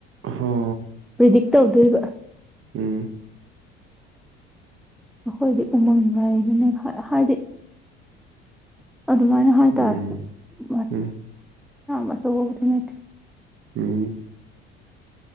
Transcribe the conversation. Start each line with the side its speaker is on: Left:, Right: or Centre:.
Right: ꯍ
Centre: ꯄ꯭ꯔꯤꯗꯤꯛ ꯇꯧꯗꯣꯏꯕ
Right: ꯎꯝ
Centre: ꯑꯩꯈꯣꯏꯗꯤ ꯎꯃꯪ ꯂꯩꯗꯅ ꯍꯥꯏꯗꯤ ꯑꯗꯨꯃꯥꯏꯅ ꯍꯥꯏꯇꯥꯔꯦꯅꯤ
Right: ꯎꯝ ꯎꯝ
Centre: ꯌꯥꯁꯕꯨꯗꯤꯅꯠꯇ
Right: ꯎꯝ